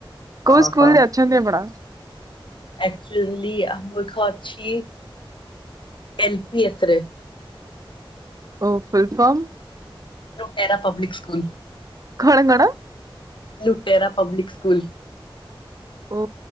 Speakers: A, on the right; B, on the left.
A: କଉ
B: ଓହୋ
A: ସ୍କୁଲ୍ ଯାଉଚନ୍ତି ଆପଣ?
B: ଆକ୍ଚୁଲି ଆମଖ ଅଛି ଏଲ ପି ଏଫ୍ ରେ।
A: ଓ ଫୁଲ୍ ଫମ୍।
B: ଲୋଏରା public school.
A: କଣ କଣ?
B: ଲୁଟେରା ପବ୍ଲିକ୍ ସ୍କୁଲ୍।
A: ଓ